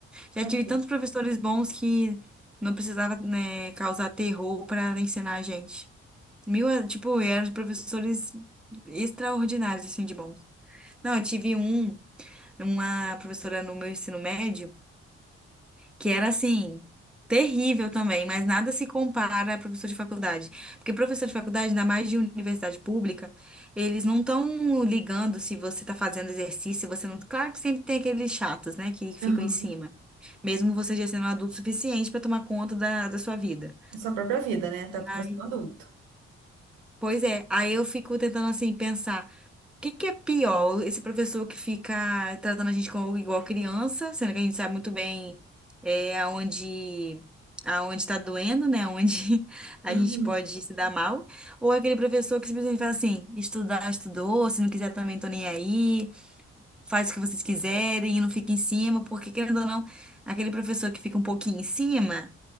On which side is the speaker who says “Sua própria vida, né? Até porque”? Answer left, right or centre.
Right